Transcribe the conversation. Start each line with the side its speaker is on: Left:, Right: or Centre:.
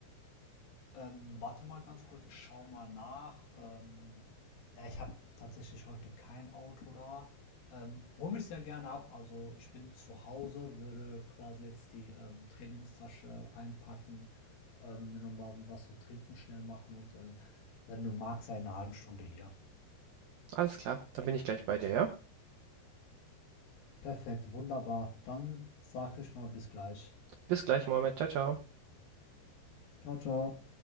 Left: Ähm, warte mal ganz kurz, ich schaue mal nach. Ähm, Ja, ich habe tatsächlich heute kein Auto da. Ähm, hole mich sehr gerne ab. Also ich bin zu Hause, würde quasi jetzt die ähm, Trainingstasche einpacken, ähm, mir nochmal was zu trinken schnell machen und ähm, wenn du magst, sei in einer halben Stunde hier.
Right: Alles klar, dann bin ich gleich bei dir, ja?
Left: Perfekt, wunderbar. Dann sage ich mal bis gleich.
Right: Bis gleich, Mohammed. Ciao, ciao.
Left: Ciao, ciao.